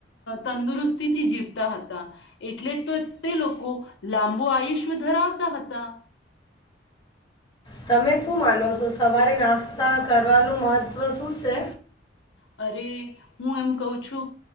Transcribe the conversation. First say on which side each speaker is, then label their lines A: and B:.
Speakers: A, on the left; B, on the left.
A: તંદુરસ્તીથી જીવતા હતા એટલે તો તે લોકો લાંબો આયુષ્ય ધરાવતા હતા
B: તમે શું માનો છો સવારે નાસ્તા કરવાનું મહત્વ શું છે?
A: અરે હું એમ કઉ છું